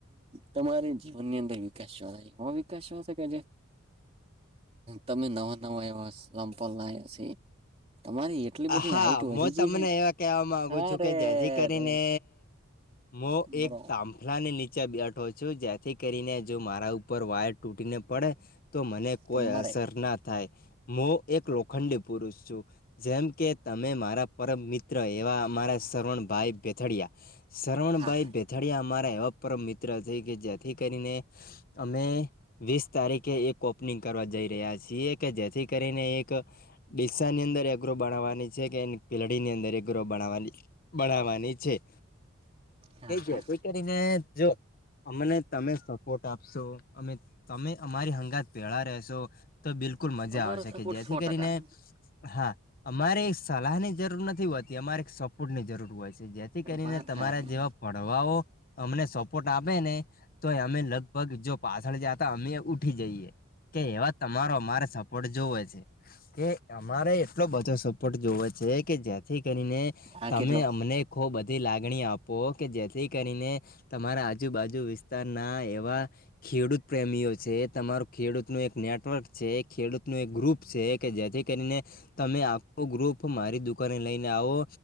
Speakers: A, on the right (about 30°); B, on the left (about 45°).
A: તમારે જીવન ની અંદર વિકાસ જોવા એ વિકાસ જો શકે છે. તમે નવા નવા એવા ચંપલ છે. તમારી એટલી બધી
B: હા
A: હાઈટ વધી
B: હ
A: ગઈ
B: તમને
A: છે
B: એવા. કેવા માંગુ
A: અરે
B: છું કે જેથી કરીને
A: રે
B: મોહ
A: બરો
B: એક તાંબુ વાયરની નીચે બેઠો છો જ્યાંથી કરીને જો મારા ઉપર વાયર તૂટીને પડે તો મને કોઈ
A: તમારે
B: અસર ના થાય હું એક લોખંડી પુરુષ છું જેમ કે તમે મારા પરમ મિત્ર એવા અમારા શ્રવણ ભાઈ પીઠડીયા શવણભાઈ
A: હા
B: પીઠડીયા અમારા એવા પરમ મિત્ર છે કે જેથી કરીને અમે વીસ તારીખે એક ઓપનિંગ કરવા જઈ રહ્યા છીએ, કે જેથી કરીને એક ડીસા ની અંદર એ ગ્રોપ બણવાની છે કે પિલડી ની અંદર એ ગ્રોપ બવા બનાવાની ની
A: હા
B: છે જ કરીને જો અમને તમે સપોર્ટ આપશો અમે તમે અમારી હંગાત પેળા રહેશો તો બિલકુલ મજા
A: અમારો
B: આવશે
A: સપોર્ટ
B: કે જેથી
A: સો ટકા
B: કરીને હા. અમારે સલાહ ની જરૂર નથી હોતી અમારે સપોર્ટ ની જરૂર હોય છે. જેથી કરીને
A: વાત
B: તમારા
A: હારી
B: જેવા પડવાઓ અમને સપોર્ટ આપે ને તો અમે લગ પગ જો પાછળ જતા અમે ઉઠી જઈએ, કે એવા તમારો અમારે સ સપોર્ટ જોવે છે કે અમારે એટલો બધો સપોર્ટ જોવે છે કે જ જેથી કરીને
A: આ
B: તમે
A: કેટલો
B: અમને ખૂબ બધી લાગણી આપો કે જેથી કરીને તમારા આજુબાજુ વિસ્તાર ના એવા ખેડૂત પ્રેમીઓ છે તમાર ખેડૂત નું એક નેટવર્ક છે ખેડૂત નું એક ગ્રુપ છે કે જેથી કરીને તમે આખો ગ્રુપ મારી દુકાને લઈને આવો